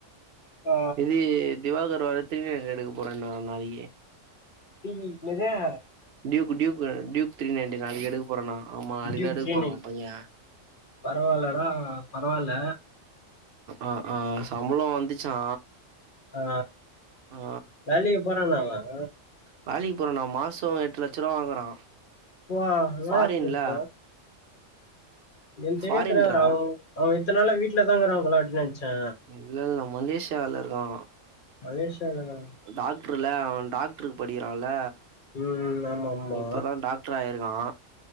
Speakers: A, on the left; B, on the right.
A: ஆ
B: இந்தி திவாகர் வேற த்ரீ நைன்ட்டி எடுக்க போறேன்னா நாளைக்கி
A: டிவிக் இன்னாது
B: Duke Duke Duke three ninety நாளிக் எடுக்க போறானா ஆமா நாளிக்
A: டியூப்
B: எடுக்
A: த்ரீ
B: போறனா
A: நைன்
B: பைய
A: பரவால்லடா பரவால்ல
B: ஆ ஆ சம்பளோ வந்துச்சா
A: ஆ
B: ஆ
A: வேலைக்கு போறானா அவன்
B: வேலிக் போறானா மாசோ எட்டு லட்சருவா வாங்குறா
A: ப்பா இன்னாடா
B: ஃபாரின்ல
A: சொல்ற என்க்
B: ஃபாரின்ரா
A: தெரிவே தெரியாதுடா அவ அவ இத்தன் நாளா வீட்லதாகிறாம்போல அப்டி நென்ச்சே
B: இல்ல இல்ல மலேசியாவில இருக்கான்
A: மலேஷியாலனா
B: டாக்ட்ருல அவ டாக்டருக் படிக்கிறால
A: ம் ஆமா ஆமா
B: இப்பதா டாக் ட்ராயிருக்கா